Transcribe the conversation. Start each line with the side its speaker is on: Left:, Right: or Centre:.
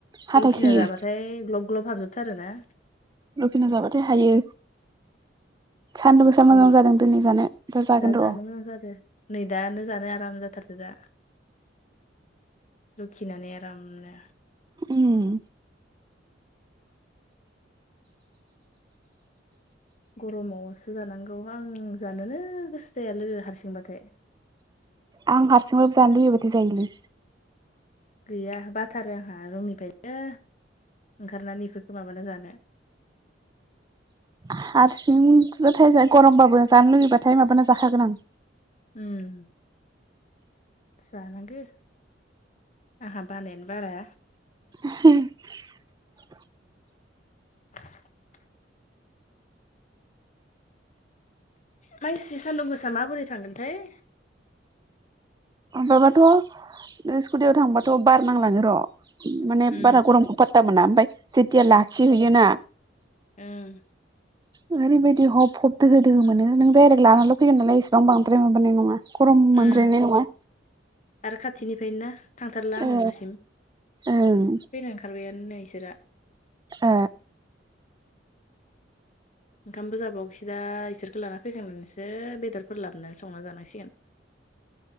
Right: हाथाय
Left: रुखिना
Right: खोयो
Left: जाबाथाय ग्लब ग्लब हाबजोबथारोना
Right: रुखिना जाबाथाय हायो सान्दुं गोसा मोजां जादों दोनै जानो जागोन
Left: दा जानो
Right: र'
Left: मोजां जादो नै दानो जानो आराम जाथार दा लुखिनानै आरामनो
Right: उम
Left: गर'मावसो जानांगौ आं जानोनो गोसो जाया लोगो हारसिंबाथाय <inaudible>
Right: आं हारसिंबाबो जानो लुगैबथाय जायोलै
Left: गैया बाथारो आंहा रुनिफ्रायनो ओंखारनानै इफोरखो माबाना जानो
Right: हारसिं <unintelligible> थाय गर'मबाबो जानो लुुबैबाथाय माबाना जाखागोन आं
Left: उम जानांगो आंहा बानायानो बारा
Right: <unintelligible>
Left: <unintelligible> माइसि सानदुं गोसा माबोरै थांगोनथाय
Right: माबाबाथ' ओ स्कुटियाव थांबाथ' बार नांलाङो र' माने
Left: उम
Right: बारा गरमखौ फाता मोना ओमफ्राय जेथिया लाखि हैैयोना
Left: उम
Right: ओरैबायदि हब हब दोहो दोहो मोनो नों डाइरेक लानाल' फैगोन नालाय इसेबां बांद्राय मोनाबानाय नङा गरम मोनजद्रायनाय
Left: उम
Right: नङा
Left: आरो खाथिनिफाय नो ना? थांथारला आङो
Right: ओ
Left: न'सिम।
Right: ओं
Left: फैनो ओंखारबायाननो इसोरा
Right: ओ
Left: ओंखामबो जाबावखैसो दा इसोरखो लाना फैखांनानैसो बेदरफोर लाबोनानै संना जानांसिगोन